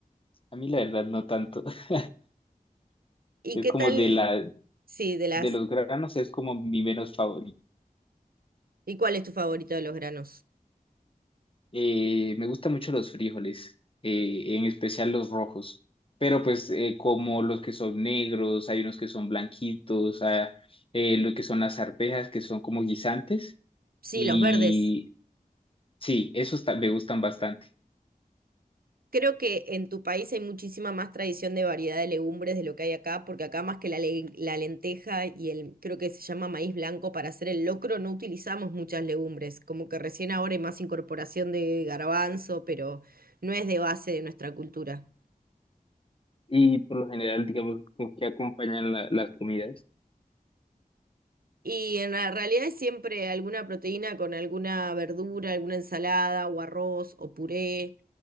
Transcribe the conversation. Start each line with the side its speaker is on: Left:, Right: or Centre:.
Left: a mí la verdad no tanto. <laughs>
Right: ¿y
Left: Es
Right: qué
Left: como
Right: tal?
Left: de la,
Right: Sí, de las...
Left: de los granos es como mi menos favorito.
Right: ¿Y cuál es tu favorito de los granos?
Left: Eh, me gustan mucho los frijoles, eh, en especial los rojos, pero pues eh, como los que son negros, hay unos que son blanquitos, ah, eh, lo que son las arvejas que son como guisantes
Right: Sí,
Left: y
Right: los verdes.
Left: sí, esos ta- me gustan bastante.
Right: Creo que en tu país hay muchísima más tradición de variedad de legumbres de lo que hay acá, porque acá más que la, le- la lenteja y el, creo que se llama maíz blanco para hacer el locro, no utilizamos muchas legumbres. Como que recién ahora hay más incorporación de garbanzo, pero no es de base de nuestra cultura.
Left: Y por lo general, digamos, con que acompañan la- las comidas.
Right: Y en la realidad es siempre alguna proteína con alguna verdura, alguna ensalada o arroz o puré,